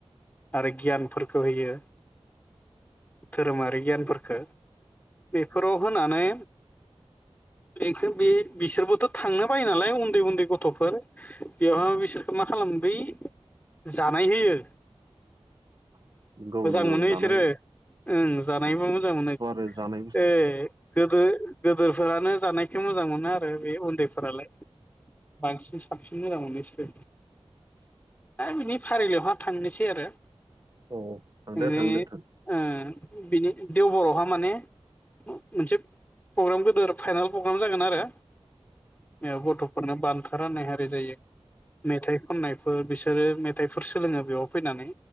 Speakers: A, on the left; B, on the right.
A: आरो गियानफोरखौ होयो धोरोमारि गियानफोरफोरखौ फोराव होनानै बेखौ बे बिसोरबोथ' थांनो बायो नालाय उन्दै उन्दै गथ'फोर बेवहाय बिसोरखौ मा खालामो बै जानाय होयो
B: <inaudible>
A: मोजां
B: नंगौ
A: मोनो
B: जानाय
A: इसोरो ओं जानायबो मोजां मोनो।
B: जानायबो
A: ए गोदो गोदोरफोरानो जानायखौ मोजां मोनो आरो बे उन्दैफोरालाय। बांसिन साबसिन मोजां मोनो बिसोरो। दा बिनि फारिलाइयावहा थांनोसै आरो
B: औ औ थांदो
A: <unintelligible> ओ
B: थांदो थां
A: बिनि देवब'आहा माने मोनसे प्रग्राम गोदोर फाइनाेल प्रग्राम जागोन आरो ओ गथ'फोरनो बान्था राननाय हारि जायो मेथाइ खननाय बो बिसोरो मेथाइफोर सोलोङो बेयाव फैनानै